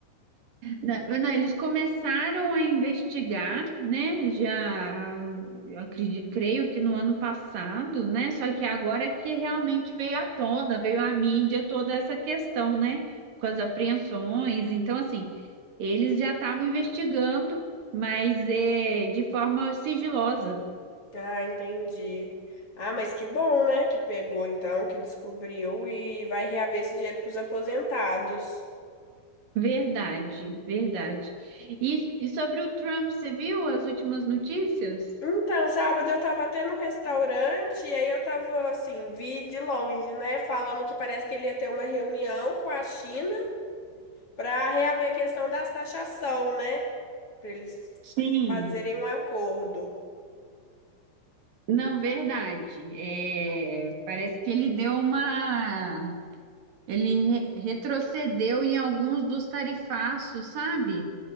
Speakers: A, on the right; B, on the left.
A: Na- Não, eles começaram a investigar, né? Já eu acredito, creio que no ano passado, né? Só que agora é que realmente veio à tona, veio à mídia toda essa questão, né? Com as apreensões. Então, assim, eles já estavam investigando, mas é de forma sigilosa.
B: Ah, entendi. Ah, mas que bom, né? Que pegou então, que descobriu e vai reaver esse dinheiro pros aposentados.
A: Verdade, verdade. E, e sobre o Trump, você viu as últimas notícias?
B: Então, sábado eu tava até num restaurante e aí eu tava assim, vi de longe, né? Falando que parece que ele ia ter uma reunião com a China pra reaver a questão das taxação, né? Pra eles
A: Sim,
B: fazerem um acordo.
A: Não, verdade. É, parece que ele deu uma. Ele re- retrocedeu em alguns dos tarifaços, sabe?